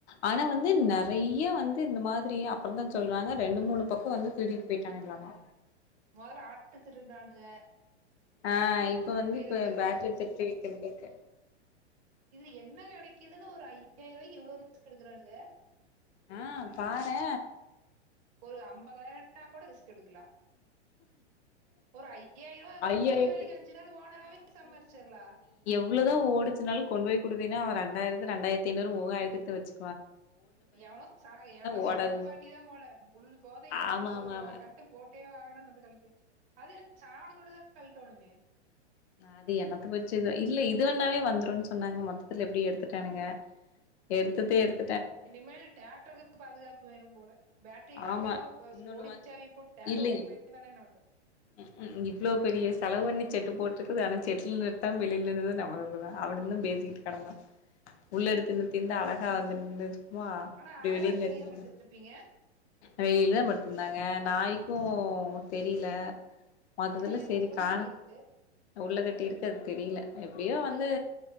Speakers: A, on the left (about 70°); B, on the right (about 20°).
A: ஆனா வந்து நெறைய வந்து இந்த மாதிரி அப்பறோ தா சொல்றாங்க ரெண்டு மூணு பக்கோ வந்து திருடிட்டு போயிட்டானுங்களாமா
B: மொதல்ல ஆட்டு திருடானுங்க
A: ஆ இப்ப வந்து
B: இத
A: இப்ப
B: திருட
A: பேட்டரி திருட்டு வைக்கிறது இருக்கு
B: இதுல என்ன கெடைக்குதுன்னு ஒரு அய் யாயிர ரூவாய்கு இவ்ளோ ரிஸ்க் எடுக்குறானுக
A: ஆ பாரே
B: ஒரு அம்பதாயிரோ நா கூட ரிஸ்க் எடுக்கலா ஒரு ஐயாயிர ரூவா கூலி
A: ஐயாயிரத்துக்கு
B: வேலைக்கு அஞ்சு நாளு ஓனராவே சம்பாச்சிர்லா
A: இவ்ளதா ஒடிச்சினாலு கொண்டு போய் குடுத்தினா அவ ரெண்டாயிரத்து ரெண்டாயத்தி ஐநூறு முவாயிரத்துக்கு வச்சு
B: எவனோ சரக்கு எவனோ
A: ஓடாதுன்னு
B: சரக்கு பார்டி தா போல புள் போதைல
A: ஆமா
B: இன்னொரு
A: ஆமா
B: ப
A: ஆமா
B: கட்டு போட் ட்டே ஆகணு வந்து கழட்டு அது எடுத் சாணோ குடுதா கழட்டோணுமே
A: அது எனக்கு வச்சுதா இல்ல இது வண்ணாவே வந்துருன்னு சொன்னாங்க மொத்தத்துல எப்டி எடுத்துட்டானுங்க எடுத்துட்டு எடுத்
B: இனிமேல் டிராக்டருக்கு பாதுகாப்பு வேணு போல பேட்டரிய கழட்டுடோ
A: ஆமா
B: போச்சு
A: இன்னொன்னு
B: போலிச்சாவி
A: வா
B: போட்டு டிராக்ட்ரு
A: இல்ல
B: ஓட்டிட்டு போய் தான என்ன பண்றது
A: ம் ம் க்கு இவ்வளோ பெரிய செலவு பண்ணி செட்டு போட்டுருக்குது ஆனா செட்டில நிறுத்தாம வெளில நிறுத்து நம்ம தப் அப்டிதா அவனிடந்த பேசிக்கிட்டு கெடந்தா உள்ள எடுத்துன்னு திந்தா அழகா வந்துருந்துனுக்குமா
B: ஆனா
A: இப்டி
B: ஆளை
A: வெளியூர்ல
B: வெளியே
A: இருக்குறது
B: தான் படுத்துருப்பீங்க
A: ரயில்லதா படுத்திருந்தாங்க நாய்க்கு தெரில மொத்தத்துல
B: நாய் அங்க
A: செரி
B: உள்ள
A: கா
B: கட்டி இருக்கு
A: உள்ள கட்டி இருக்கு அது தெரில எப்டியோ வந்து